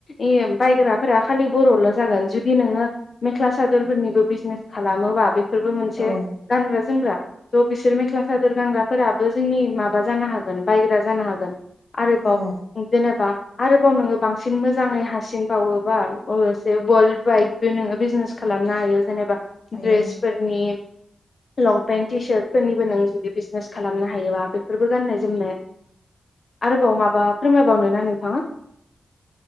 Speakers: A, on the left (about 55°); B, on the left (about 15°).
A: इह बायग्राफोरा खालि बर'ल' जागोन जुदि जुदि नोङो मेख्ला सादोरफोरनिबो बिजनेस खालामोबा बे फोरबो मोनसे
B: औ
A: गानग्रा जोमग्रा, स' बिसोर मेख्ला सादोर गांग्राफोराबो जोंनि माबा जानो हागोन बायग्रा जानो हागोन। आरोबाव
B: औ
A: जेनेबा आरोबाव नोङो बांसिन मोजाङै हासिन बावोबा <unintelligible> वर्ल्ड बाइकबो नोङो बिजनेस खालामनो हायो जेनेबा
B: हायो
A: द्रेस फोरनि लंपेन्ट टि सार्टफोरनिबो नों जुदि बिजनेस खालामनो हायोबा, बेफोरबो गाननाय जोमनाय, आरोबाव माबा फोरमायबावनो ना नोंथाङा?